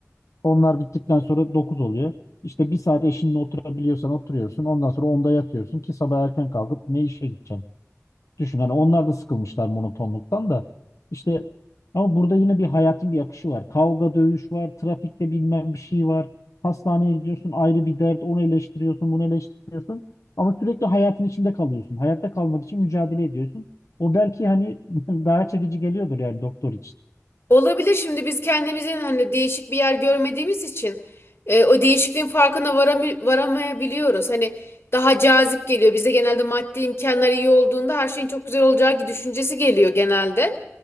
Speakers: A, on the left; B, on the left.
A: Onlar bittikten sonra 9 oluyor. İşte bir saat eşinle oturabiliyorsan oturuyorsun. Ondan sonra 10'da yatıyorsun ki sabah erken kalkıp ne işe gideceksin? Düşün hani onlar da sıkılmışlar monotonluktan da. İşte ama burada yine bir hayatın bir akışı var. Kavga, dövüş var. Trafikte bilmem bir şey var. Hastaneye gidiyorsun ayrı bir dert. Onu eleştiriyorsun, bunu eleştiriyorsun. Ama sürekli hayatın içinde kalıyorsun. Hayatta kalmak için mücadele ediyorsun. O belki hani <laughs> daha çekici geliyordur yani doktor için.
B: Olabilir şimdi biz kendimizin hani değişik bir yer görmediğimiz için e, o değişikliğin farkına varamay- varamayabiliyoruz. Hani daha cazip geliyor. Bize genelde maddi imkanlar iyi olduğunda her şeyin çok güzel olacağı düşüncesi geliyor genelde.